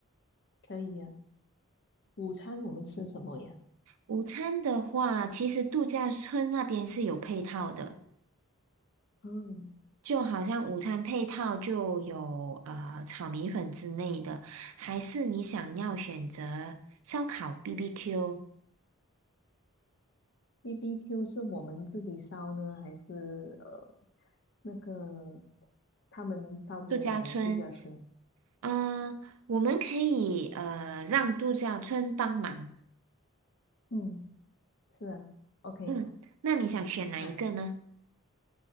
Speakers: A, on the left; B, on the right.
A: 可以啊午餐我们吃什么呀？
B: 午餐的话，其实度假村那边是有配套的，
A: 嗯，
B: 就好像午餐配套就有呃炒米粉之类的，还是你想要选择烧烤 BBQ
A: BBQ 是我们自己烧呢，还是呃那个他们烧给我们的度假村？
B: 度假村？嗯、我们可以呃让度假村帮忙。
A: 嗯，是啊，OK
B: 嗯，那你想选哪一个呢？
A: 啊，